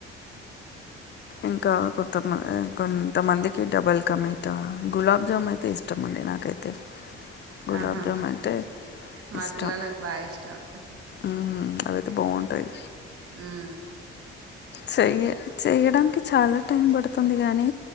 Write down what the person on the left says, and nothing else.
ఇంకా కొంతమ కొంతమందికి డబల్ క మీటా గులాబ్ జామున్ అయితే ఇస్ ష్టమండి నాకైతే గులాబ్జామున్
అంటే
ఇష్టం
ఉమ్ అవైతే బాగుంటాయి
చెయ్య చేయడానికి చాలా టైం పడుతుంది కానీ